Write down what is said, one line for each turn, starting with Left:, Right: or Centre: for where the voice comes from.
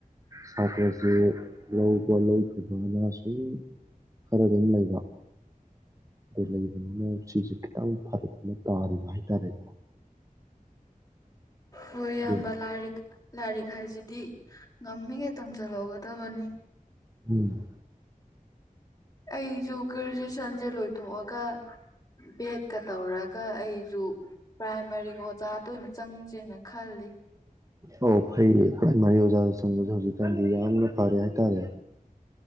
Right: ꯁꯥꯇ꯭ꯔꯁꯦ ꯂꯧꯕ ꯂꯧꯗꯕꯅ ꯁꯨꯝ ꯈꯔ ꯑꯗꯨꯝ ꯂꯩꯕ ꯑ ꯂꯩꯕꯅꯤꯅ ꯁꯤꯁꯨ ꯈꯤꯇꯪ ꯐꯔꯛ ꯑꯃ ꯇꯥꯔꯤꯕ ꯍꯥꯏꯇꯥꯔꯦꯀꯣ
Left: ꯍꯣꯏ ꯏꯌꯥꯝꯕ
Right: ꯑꯗꯨꯅ
Left: ꯂꯥꯏꯔꯤ ꯂꯥꯏꯔꯤꯛ ꯍꯥꯏꯁꯤꯗꯤ ꯉꯝꯃꯤꯉꯩ ꯇꯝꯖꯤꯟ ꯍꯧꯒꯗꯕꯅꯤ
Right: ꯎꯝ
Left: ꯑꯩꯁꯨ ꯒ꯭ꯔꯦꯖꯨꯦꯁꯟꯁꯦ ꯂꯣꯏꯊꯣꯛꯑꯒ ꯕꯦꯠꯀ ꯇꯧꯔꯒ ꯑꯩꯁꯨ ꯄ꯭ꯔꯥꯏꯃꯥꯔꯤꯒ ꯑꯣꯖꯥ ꯇꯣꯏꯅ ꯆꯪꯁꯦꯅ ꯈꯜꯂꯤ
Right: ꯑꯣ ꯐꯩꯌꯦ ꯐ ꯃꯔꯤ ꯑꯣꯖꯥꯗ ꯆꯪꯕꯁꯦ ꯍꯧꯖꯤꯛꯀꯥꯟꯗꯤ ꯌꯥꯝꯅ ꯐꯔꯦ ꯍꯥꯏꯇꯥꯔꯦ